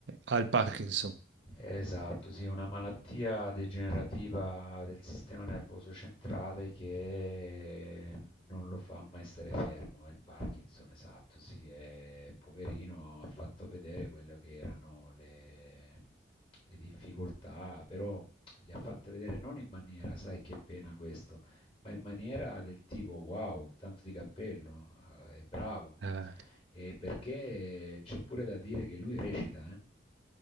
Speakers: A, on the right; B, on the left.
A: Al Parkinson.
B: Esatto, sì, una malattia degenerativa del sistema nervoso centrale che non lo fa mai stare fermo, è il Parkinson, esatto, sì, è poverino, ha fatto vedere quello che erano le, le difficoltà, però le ha fatte vedere non in maniera, sai che pena questo, ma in maniera del tipo wow, tanto di cappello, eh, è bravo,
A: Eh.
B: e perché c'è pure da dire che lui recita, eh?